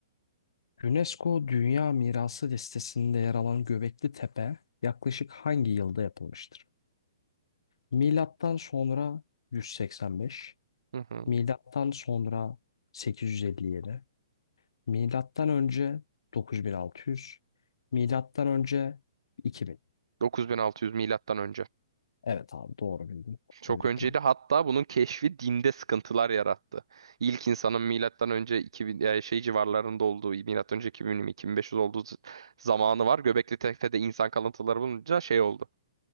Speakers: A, on the left; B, on the right.
A: UNESCO Dünya Mirası listesinde yer alan Göbekli Tepe yaklaşık hangi yılda yapılmıştır? Milattan sonra 185,
B: Hı hı.
A: milattan sonra 857, milattan önce 9600, milattan önce 2000.
B: 9600 milattan önce.
A: Evet abi doğru bildin.
B: Çok
A: Tebrikler.
B: önceydi hatta bunun keşfi dinde sıkıntılar yarattı. İlk insanın milattan önce 2000 e, şey civarlarında olduğu, milattan önce 2000-2500 olduğu z- zamanı var. Göbekli Tepe'de insan kalıntıları bulunca şey oldu.